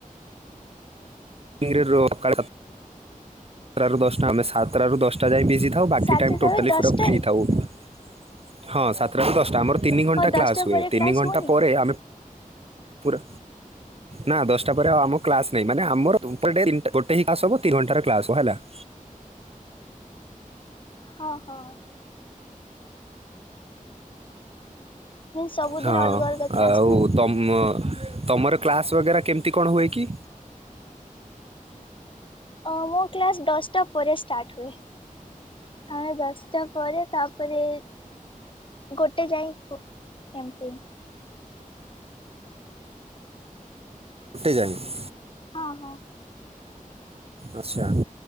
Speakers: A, on the right; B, on the left.
A: <inaudible> ସାତଟାରୁ ଦଶଟା ଆମେ ସାତଟାରୁ ଦଶଟା ଯାଇ ବିଜି ଥାଉ ବାକି
B: ସାତଟାରୁ
A: ଟାଇମ୍ ଟୋଟାଲି
B: ଦଶଟାରେ
A: ପୁରା ଫ୍ରି ଥାଉ। ହଁ ସାତଟାରୁ ଦଶଟା ଆମର ତିନି ଘଣ୍ଟା
B: ହଉ ଦଶଟା
A: କ୍ଲାସ ହୁଏ
B: ପରେ କ୍ଲାସ୍
A: ତିନି ଘଣ୍ଟା
B: ହଉନି
A: ପରେ ଆମେ ପୁରା। ନା ଦଶଟା ପରେ ଆଉ ଆମ କ୍ଲାସ ନହିଁ ମାନେ <unintelligible> ଗୋଟେ କ୍ଲାସ ହବ ତିନି ଘଣ୍ଟାର କ୍ଲାସ ହେଲା। <inaudible>
B: ହଁ ହଁ। ସବୁଦିନ
A: ହଁ
B: ଅଲଗା ଅଲଗା କ୍ଲାସ
A: ଆଉ
B: ନା।
A: ତମ ତମର କ୍ଲାସ୍ ବଗେରା କେମିତି କଣ ହୁଏ କି?
B: ଓ ମୋ କ୍ଲାସ ଦଶଟା ପରେ ଷ୍ଟାର୍ଟ ହୁଏ। ଆମେ ଦଶଟା ପରେ ତାପରେ ଗୋଟେ ଯାଏଁ ଓ ଏମିତି
A: ଗୁଟେ ଯାଏଁ।
B: ହଁ ହଁ।
A: ଆଚ୍ଛା